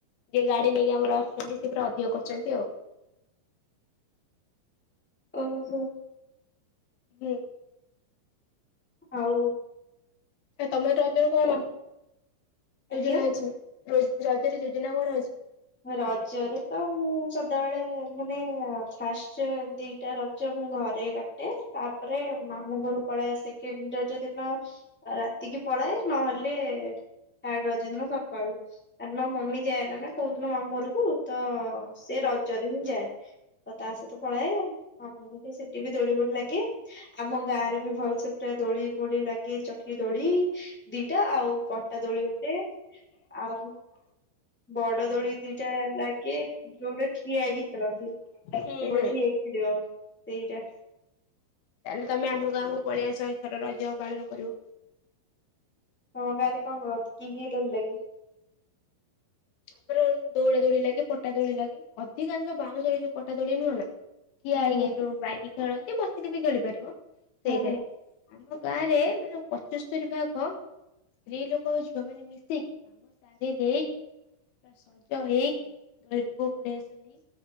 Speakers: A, on the left (about 85°); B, in the centre.
A: ଯେ ଗାଡି ନେଇକି ଆମର ଆସୁଛନ୍ତି ସେ ପୁରା ଅଧିକ କରିଚନ୍ତି ଆଉ।
B: ଓହୋ।
A: ହୁଁ।
B: ଆଉ
A: ଆ ତମେ ରଜର କଣ
B: ଆଜ୍ଞା
A: ଯୋଜନା ଅଛି? ରୋଜ୍ ରଜରେ ଯୋଜନା କଣ ଅଛି?
B: ରଜରେ ତ, ମୁଁ ସଦାବେଳେ ମାନେ ଫାଷ୍ଟ ଦିଟା ର ଜ ମୁଁ ଘରେ କାଟେ, ତାପରେ ମାମୁଁ ଘରୁ ପଳାଏ ସେକେଣ୍ଡ ରଜଦିନ ଆଉ ରାତିକି ପଳାଏ, ନହେଲେ ଥାର୍ଡ ରଜ ଦିନ ସ କାଳୁ କାରଣ ମମି ଯାଏନା ନା କୋଉଦିନ ମାମୁଁ ଘରକୁ ତ ସେ
A: ହୁଁ
B: ରଜରେ ହିଁ ଯାଏ। ଆଉ ତା ସହିତ ପଳାଏ ଆପଣଙ୍କ ସେଠି ବି ଦୋଳି ଫୋଳି ଲାଗେ। ଆମ ଗାଁ ରେ ବି ଭଲସେ ପୁରା ଦୋଳି ଫୋଳି ଲାଗେ ଚକି ଦୋଳି ଦିଟା ଆଉ ପ ଟା ଦୋଳି ଗୋଟେ, ଆଉ ବଡ ଦୋଳି ଦିଟା ଲାଗେ ଯୋଉଟା ଠିଆ ହେଇକି ଖେଳନ୍ତି କେବଳ
A: ହୁଁ
B: ଠିଆ ଭିଡିଓ ସେଇଟା।
A: ତାହେଲେ ତମେ ଆମ ଗାଁକୁ ପଳେଇଆସ ଏଇଥର ରଜ ପାଳନ କରିବ।
B: ତମ ଗାଁରେ କଣ କର କି କି ଦୋଳି ଲାଗେ?
A: ଆମର ଦୌଡ଼ା ଦୋଳି ଲାଗେ ପଟା ଦୋଳି ଲାଗେ ଅଧିକାଂଶ ବାଉଁଶ ରେ ଯୋଉ ପଟା ଦୌଳି ନୁହଁ ନା ଠିଆ
B: ହୁଁ
A: ହେଇକି ଯୋଉ ବାଇକି ଖେଳନ୍ତି ବସିକି ବି ଖେଳି ପାରିବ।
B: ହୁଁ
A: ସେଇଥିରେ ଆମ ଗାଁରେ ମାନେ ପଚସ୍ତୋରି ଭାଗ ସ୍ତ୍ରୀ ଲୋକ ଆଉ ଝିଅ ମାନେ ମିଶିକି କାମ ସାରି ଦେଇକି ପୁରା ସଜ ହେଇକି ଦୋଳି ପାଖକୁ ପଳେଇ ଆସନ୍ତି।